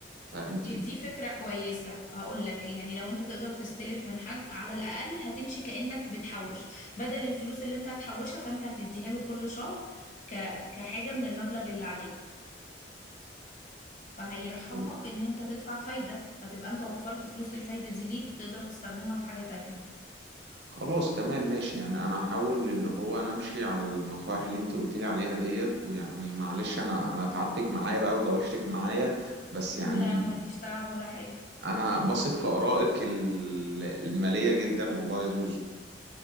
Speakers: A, on the right (about 65°); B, on the left (about 45°).
A: فأنت
B: دي فكرة كويسة هقول لك يعني لو انت تقدر تستلف من حد على الأقل هتمشي كأنك بتحوش بدل الفلوس اللي انت هتحوشها فانت هتديها له كل شهر ك... كحاجة من المبلغ اللي عليك فهيرحمك
A: شايفة
B: ان انت تدفع فايدة هتبقى انت وفرت فلوس الفايدة دي ليك تقدر تستخدمها في حاجة تانية
A: خلاص تمام ماشي يعني انا هحاول اللي هو انا امشي على النصائح اللي انت قلت لي عليها ديت ويعني معلش انا انا تعبتك معايا بقى ودوشتك معايا بس يعني
B: لا مفيش تعب ولا حاجة
A: انا بثق في ارائك ال- المالية جدا والله يا زوزو